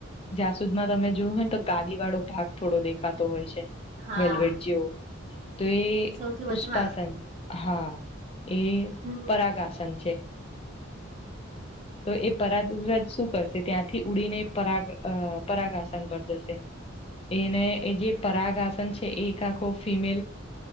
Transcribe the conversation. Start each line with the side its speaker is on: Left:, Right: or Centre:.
Left: જાસુદમા તમે જોયું હોયને, તો ગ વાળો ભાગ થોડો દેખાતો હોય છે,
Right: હા
Left: વેલવેટ જેવો તો એ
Right: સૌથી
Left: પુષ્પાસન,
Right: વચમાં
Left: હા એ
Right: હમ
Left: પરાગાસન છે તો એ પરાગ વિરાજ શું કરશે, ત્યાંથી ઉડીને પરાગ પરાગાસન પર જશે. એને એ જે પરાગાસન છે, એ એક આખો ફિમેલ